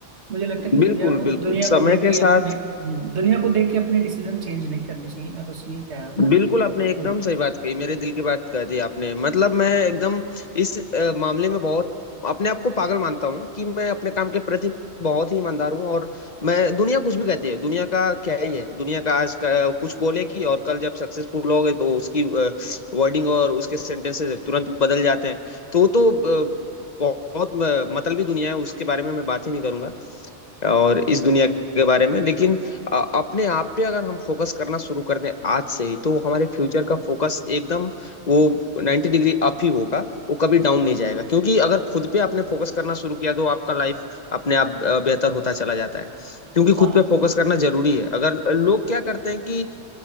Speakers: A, on the right; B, on the left.
A: मुझे लगता है कि
B: बिल्कुल
A: दुनिया को
B: बिल्कुल
A: दुनिया
B: समय
A: को देख
B: के
A: के
B: साथ
A: अपने हम्म, दुनिया को देख के अपने डिसीजन चेंज नहीं करने चाहिए मैं बस यही कह रहा था
B: बिल्कुल आपने एकदम
A: हम्म,
B: सही बात कही मेरे दिल की बात कह दी आपने मतलब मैं एकदम इस अ, मामले में बहुत अपने आप को पागल मानता हूँ कि मैं अपने काम के प्रति बहुत ही ईमानदार हूँ और मैं दुनिया कुछ भी कहती है दुनिया का क्या ही है दुनिया का आज का कुछ बोलेगी और कल जब सक्सेसफुल होगे तो उसकी वर्डिंग और उसके सेंटेंसेस तुरंत बदल जाते हैं तो वो तो अ, बहुत बहुत, अ, मतलबी दुनिया है उसके बारे में मैं बात ही नहीं करूंगा और इस दुनिया के बारे में लेकिन अ, अपने आप पे अगर हम फोकस करना शुरू कर दें आज से ही तो हमारे फ्यूचर का फोकस एकदम वो 90 डिग्री अप ही होगा वो कभी डाउन नहीं जाएगा क्योंकि अगर खुद पे आपने फोकस करना शुरू किया तो आपका लाइफ अपने आप अ, बेहतर होता चला जाता है क्योंकि
A: हाँ
B: खुद पे फोकस करना जरूरी है अगर लोग क्या करते हैं कि